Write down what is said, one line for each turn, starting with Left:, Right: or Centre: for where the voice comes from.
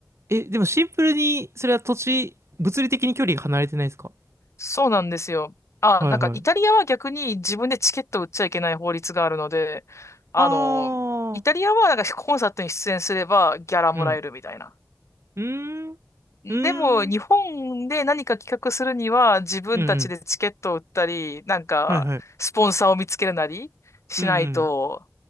Right: ー、え、でもシンプルに、それは土地、物理的に距離が離れてないですか
Left: そうなんですよ。あ、
Right: はいはい。
Left: なんかイタリアは逆に自分でチケット売っちゃいけない法律があるので、あの、
Right: あ
Left: イタリアはなんかコンサートに出演すればギャラもらえるみたいな。
Right: あ。うん。うーん。う
Left: でも、
Right: ーん。
Left: 日本で何か企画するには、自分たちでチケットを売ったり、
Right: うんうん。
Left: なんか、
Right: はいはい。
Left: スポンサーを見つけるなりしないと、
Right: うんうん。